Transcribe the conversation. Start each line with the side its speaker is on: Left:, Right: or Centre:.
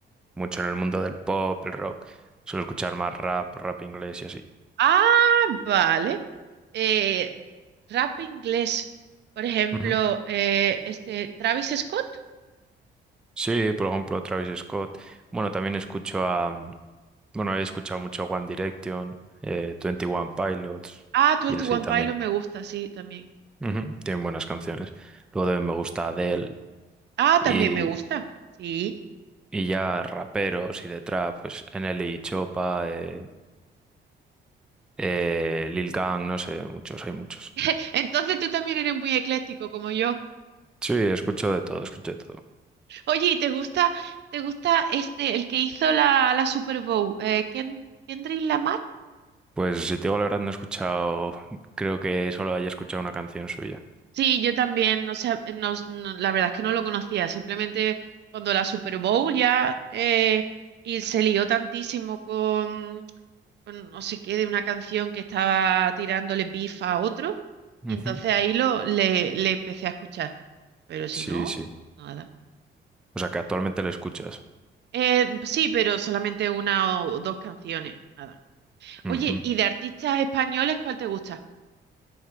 Centre: mucho en el mundo del pop, el rock. Suelo escuchar más rap, rap inglés y así.
Right: Ah, vale. Eh, rap inglés, por ejemplo,
Centre: Ujú.
Right: eh, este Travis Scott.
Centre: Sí, por ejemplo, Travis Scott. Bueno, también escucho a... mm, Bueno, he escuchado mucho One Direction, eh, twenty One Pilots
Right: Ah, Twenty
Centre: y así
Right: One
Centre: también.
Right: Pilots me gusta, sí, también.
Centre: Ujú, Tienen buenas canciones. Luego también me gusta Adele
Right: Ah,
Centre: y,
Right: también me gusta, sí.
Centre: y ya raperos y de trap, pues NLE y Chopa, eh, Eh, Lil Gang, no sé, muchos, hay muchos.
Right: <laughs> Entonces tú también eres muy ecléctico como yo.
Centre: Sí, escucho de todo, escucho de todo.
Right: Oye, ¿y te gusta, te gusta este, el que hizo la, la Super Bowl? Eh, Ken- ¿Kendrick Lamar?
Centre: Pues si te digo la verdad, no he escuchado, creo que solo haya escuchado una canción suya.
Right: Sí, yo también, o sea, no, no, la verdad es que no lo conocía, simplemente cuando la Super Bowl ya eh, y se lió tantísimo con, con no sé qué, de una canción que estaba tirándole beef a otro,
Centre: Ujú.
Right: y entonces ahí lo, le, le empecé a escuchar, pero si
Centre: Sí,
Right: no,
Centre: sí.
Right: nada.
Centre: O sea, que actualmente lo escuchas.
Right: Eh, sí, pero solamente una o dos canciones, nada. Oye,
Centre: Ujú.
Right: ¿y de artistas españoles cuál te gusta?